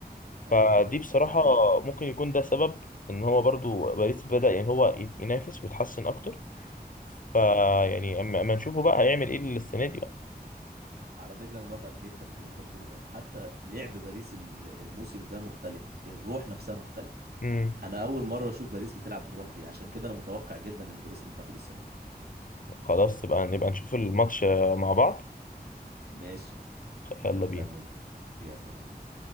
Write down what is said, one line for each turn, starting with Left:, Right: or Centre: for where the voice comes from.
Right: ايوه
Left: فدي بصراحة
Right: ده حقيقة
Left: ممكن يكون ده سبب ان هو برضو باريس بدأ يعني هو ينافس ويتحسن اكتر فيعني
Right: أه،
Left: اما أما نشوفه بقى هيعمل ايه السنة دي بقى
Right: على فكرة أنا موافقك جدا في اللي أنت بتقوله ده حتى لعب باريس ال- الموسم ده مختلف الروح نفسها مختلفة
Left: امم
Right: أنا أول مرة أشوف باريس بتلعب بالروح دي عشان كده أنا متوقع جدا إن باريس اللي تاخد السنة دي
Left: خلاص تبقى نبقى نشوف الماتش مع بعض
Right: ماشي
Left: يلا بينا
Right: يلا بي. يلا يا معلم